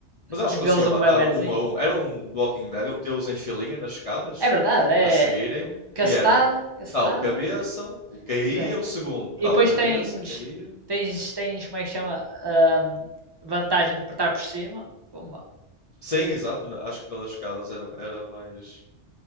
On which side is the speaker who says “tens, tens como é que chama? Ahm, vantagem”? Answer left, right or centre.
Right